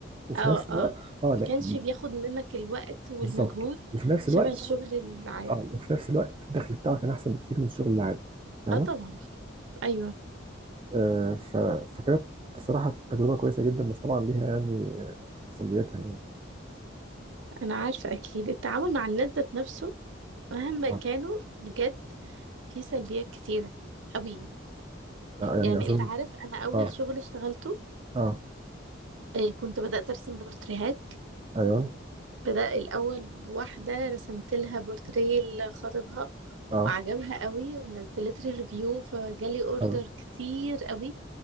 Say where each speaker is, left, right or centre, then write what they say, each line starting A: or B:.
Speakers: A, on the right; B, on the right.
A: وفي
B: اه
A: نفس الوقت
B: اه
A: اه
B: ما
A: لا
B: كانش بياخد منك الوقت والمجهود
A: بالظبط وفي نفس
B: شبه
A: الوقت
B: الشغل العادي
A: اه وفي نفس الوقت الدخل بتاعه كان احسن بكتير من الشغل العادي فاهمه
B: اه طبعا ايوه
A: آه، ف- فكانت بصراحة تجربة كويسة جدا بس طبعا ليها يعني آه، سلبياتها يعني
B: انا عارفه اكيد التعامل مع الناس ذات نفسه مهما
A: اه
B: كانوا بجد في سلبيات كتيره قوي
A: آه، يعني
B: يعني
A: أظن
B: انت عارف انا اول
A: اه
B: شغل اشتغلته
A: اه
B: آه، كنت بدأت أرسم بورتريهات
A: أيوه
B: بدأ الأول بواحدة رسمت لها بورتريه لخطيبها
A: اه
B: وعجبها قوي ونزلت لي ريفيو فجالي اوردر
A: حلو
B: كتير قوي